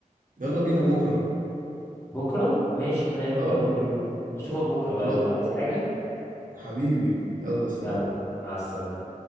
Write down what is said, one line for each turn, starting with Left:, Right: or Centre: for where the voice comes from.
Right: يلا بينا بكرة
Left: بكره ماشي تمام
Right: اه
Left: يلا بينا اشوفك بكره بقى
Right: خلاص
Left: يلا عايز حاجه
Right: حبيبي يلا سلام
Left: يلا مع السلامه